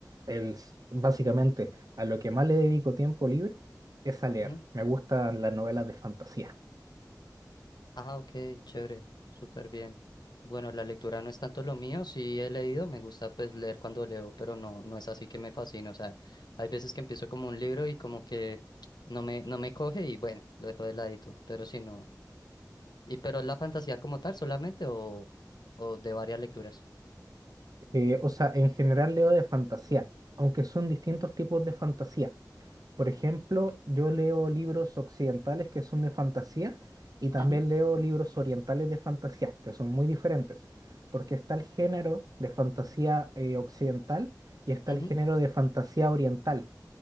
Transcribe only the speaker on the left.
¿Mm?
Ah, ok, chévere, súper bien. Bueno, la lectura no es tanto lo mío, sí he leído, me gusta pues leer cuando leo, pero no, no es así que me fascina, o sea, hay veces que empiezo como un libro y como que no me, no me coge y bueno, lo dejo de ladito, pero sí no. ¿Y pero la fantasía como tal solamente o, o de varias lecturas?
Ujú,
ujú,